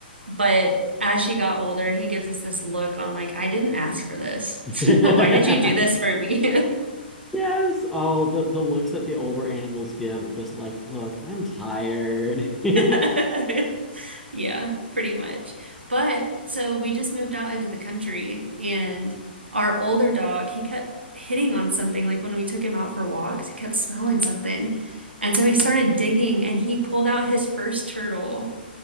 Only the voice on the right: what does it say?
But as she got older, he gives us this look on like, I didn't ask for this.
<laughs> Why did you do this for me?
<laughs> Yeah, pretty much. But so we just moved out into the country, and our older dog, he kept hitting on something. Like when we took him out for walks, he kept smelling something. And so he started digging and he pulled out his first turtle.